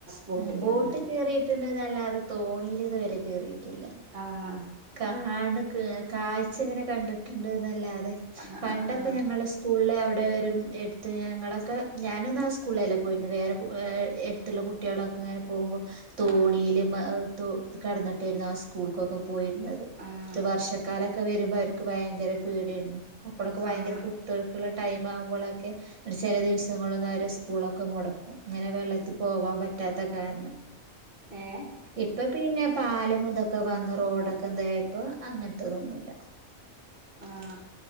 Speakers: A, on the right; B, on the right.
A: ബോട്ടില്
B: ആ ബോട്ട്
A: അങ്ങനൊക്കെ
B: കേറിയിട്ടുണ്ട് എന്നല്ലാതെ തോണിൽ ഇതുവരെ കേറിയിട്ടില്ല.
A: ആഹ്
B: കാണ്കകാഴ് ചങ്ങനെ കണ്ട്ട്ട്ണ്ടന്നാല്ലാതെ
A: ആഹ്
B: പണ്ടക്കെഞ
A: ആഹ് ആഹ്
B: ങ്ങളെ സ്കൂള്ല് അവിടെ വരും എടുത്ത് ഞങ്ങളൊക്കെ ഞാനൊന്ന ആ സ്കൂളല്ല പോയി വേറെഏ എര്ത്തുള്ള കുട്ടിളൊക്കെ ഇങ്ങനെ പോകുമ്പോൾ തോണിയില്
A: ആഹ്
B: കടന്നിട്ടായിരുന്നു ആ സ്കൂൾക്കൊക്കെ പോയിരുന്നത്
A: ആഹ്
B: ഒരു വർഷകാല ഒക്കെ വരുമ്പോ അവർക്ക് ഭയങ്കര പേടിടുന്നു അപ്പോഴൊക്കെ ഭയങ്കര
A: ആഹ്
B: കുത്തൊഴുക് ൾ - ടൈം ആവുമ്പോഴൊക്കെ ചില ദിവസങ്ങളിലൊന്നും അവര് സ്കൂളൊക്കെ മൊടക്കും. അങ്ങനെ വെള്ളത്തിൽ പോവാൻ പറ്റാത്ത കാരണം.
A: ഏഹ്
B: ഇപ്പ -- പിന്നെ പാലും ഇതൊക്കെ വന്ന് റോഡൊക്കെ എന്ത ആയപ്പ അങ്ങനത്തെതൊന്നുല്ല.
A: ആഹ